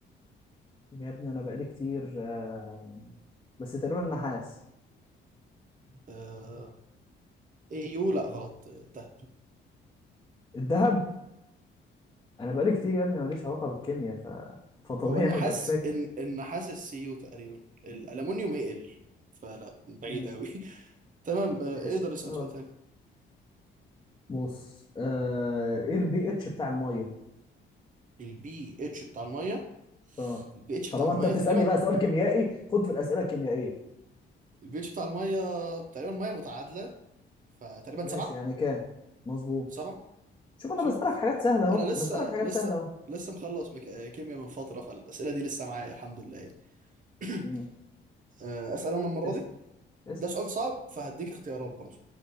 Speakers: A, on the left; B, on the right.
A: يا ابني انا بقالي كتير آه، بس تقريبا نحاس
B: آه، AU لا غلط تهت
A: الذهب انا بقالي كتير يا ابني ماليش علاقه بالكيمياء ف... فطبيعي
B: هو النحاس
A: ما بقاش فاكر
B: إن النحاس السيو تقريبا الألمونيوم يقل فلا بعيد
A: مم.
B: أوي <laughs> تمام آه،
A: ماشي
B: اقدر اسأل
A: اه
B: سؤال تاني
A: بص آه... ايه البي اتش بتاع الميه
B: البي اتش بتاع المية
A: اه
B: البي اتش
A: طالما
B: بتاع المية
A: انت بتسالني
B: تقريبا
A: بقى سؤال كيميائي خد في الاسئله الكيميائيه
B: البي اتش بتاع المية تقريبا مية متعادلة فتقريبا
A: ماشي
B: سبعة
A: يعني كام مظبوط
B: سبعة
A: شوف انا
B: شفت
A: بسالك حاجات سهله اهو
B: أنا لسه
A: بسالك حاجات
B: لسه
A: سهله اهو
B: لسه مخلص مك... آه، كيمياء من فترة فالأسئلة دي لسه معايا الحمد لله يعني <clears throat>
A: مم.
B: آه، أسأل أنا المرة
A: اسال
B: دي
A: اسال
B: ده سؤال صعب فهديك اختيارات برضه